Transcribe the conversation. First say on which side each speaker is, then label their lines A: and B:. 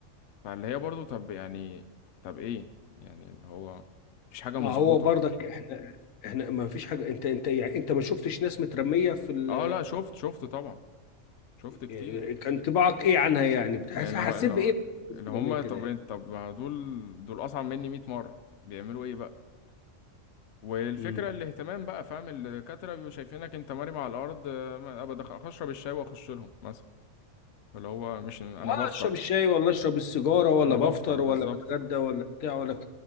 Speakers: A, on the left; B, on the left.
A: فاللي هي برضه طب يعني طب ايه يعني اللي هو مفيش حاجة
B: ما
A: مظبوطة
B: هو برضك احنا احنا ما فيش حاجه انت انت يعني انت ما شفتش ناس مترميه في ال
A: اه لا شفت شفت طبعا شفت كتير
B: آه، كان انطباعك ايه عنها يعني بتحس...
A: يعني اللي
B: حسيت
A: هو اللي
B: بايه
A: هو-
B: مترميه
A: اللي هم
B: كده
A: طب
B: يعني
A: طب ما دول دول أصعب مني 100 مرة بيعملوا ايه بقى والفكرة
B: مم.
A: الاهتمام بقى فاهم الدكاترة بيبقوا شايفينك انت مرمي على الأرض آه، ما- أبقى دخ- أشرب الشاي وأخش لهم مثلا اللي هو مش أنا
B: اه
A: بفطر
B: اشرب الشاي ولا اشرب السيجاره ولا
A: أنا
B: بفطر
A: بفطر بالظبط
B: ولا بتغدى ولا بتاع ولا